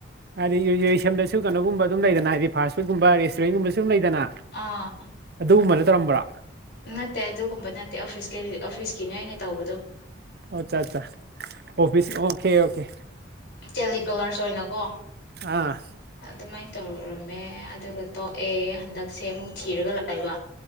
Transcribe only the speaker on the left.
ꯑꯥ
ꯅꯠꯇꯦ ꯑꯗꯨꯒꯨꯝꯕ ꯅꯠꯇꯦ ꯑꯣꯐꯤꯁꯀꯤ ꯑꯣꯐꯤꯁꯀꯤꯅꯦ ꯑꯩꯅ ꯇꯧꯕꯗꯣ
ꯆꯦꯂꯤ ꯀꯣꯂꯔꯁ ꯑꯣꯏꯅꯀꯣ
ꯑꯗꯨꯃꯥꯏꯅ ꯇꯧꯔꯛꯨꯔꯝꯃꯦ ꯑꯗꯨꯒ ꯇꯣꯛꯑꯦ ꯍꯟꯗꯛꯁꯦ ꯑꯃꯨꯛ ꯊꯤꯔꯒ ꯂꯥꯛꯏꯕ